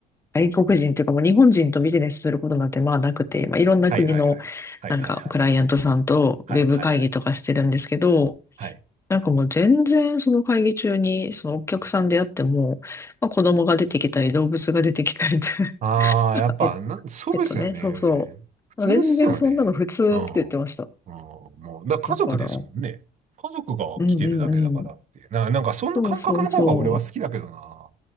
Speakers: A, on the left (about 15°); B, on the right (about 45°).
A: う外国人というかもう日本人とビジネスすることなんてまあなくて、まあいろんな国の
B: はい、はい、はい。はい、
A: なんかクライアントさんとウェブ会議とかしてるんですけど、
B: はい、はい。はい、はい、はい。はい
A: なんかもう全然その会議中にそのお客さんであっても、まあ、子供が出てきたり動物が出てきたりって
B: ああ、
A: <laughs>
B: やっぱ、
A: ペッ、
B: な、そうですよね。
A: ペットね、そうそう。
B: 普通ですよね。
A: 全然そんなの普通って言ってました。
B: うん。うん、もう、だから家族ですもんね。
A: だから、うん
B: 家族が来てるだけだからっていう。
A: うんうん。
B: な、なんか、その感覚の方が俺は好きだけどな。
A: そうそうそう。